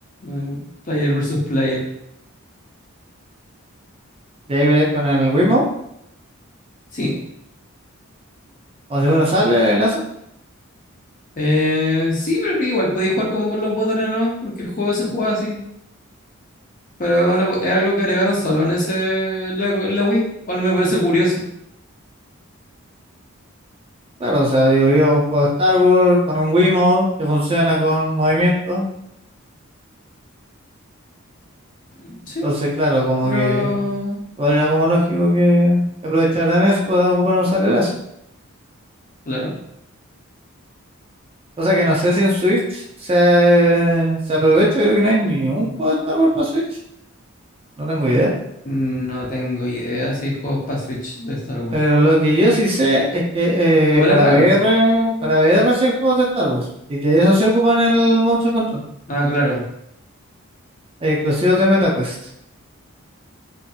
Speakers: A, on the left (about 40°); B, on the right (about 25°).
A: eh, player versus player.
B: Y ahí veré con el Wiimote,
A: Sí.
B: como si fuera un sable láser.
A: Eh, sí, pero creo que igual podéis jugar como con los botones nomás, porque el juego se juega así. Pero es, una es algo que agregaron solo en ese en la, en la Wii, cual me parece curioso.
B: Claro, o sea, digo yo, un juego de Star Wars con un Wiimote que funciona con movimiento.
A: Mm, Sí,
B: Entonces, claro, como
A: pero
B: que igual era como lógico que aprovecharan eso para ocupar un salerazo.
A: claro.
B: O sea que no sé si en Switch se, se aprovecha, creo que no hay ni un juego de Star Wars para Switch. No tengo idea.
A: No tengo idea si hay juegos para Switch de Star Wars.
B: Pero lo que yo sí sé es que
A: Igual
B: eh, para
A: es raro.
B: VR, para VR sí hay juegos de Star Wars. Y que eso se ocupa en el Motion Control.
A: Ah, claro.
B: Hay exclusivos de MetaQuest.